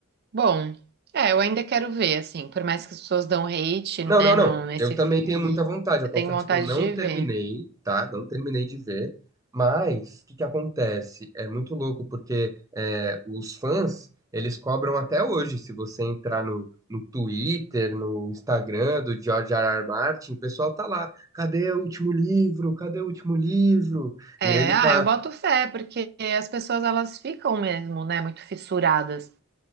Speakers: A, on the right (about 50°); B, on the right (about 15°).
A: Bom, é, eu ainda quero ver, assim, por mais que as pessoas dão hate,
B: Não,
A: né,
B: não, não.
A: no, nesse
B: Eu também
A: fim
B: tenho
A: aí,
B: muita vontade.
A: eu
B: Eu confesso
A: tenho vontade
B: que eu não
A: de
B: terminei,
A: ver.
B: tá? Não terminei de ver. Mas o que que acontece? É muito louco porque é, os fãs eles cobram até hoje. Se você entrar no, no Twitter, no Instagram do George R. R. Martin, o pessoal tá lá. Cadê o último livro? Cadê o último livro?
A: É,
B: E ele tá
A: ah, eu boto fé, porque as pessoas, elas ficam mesmo, né, muito fissuradas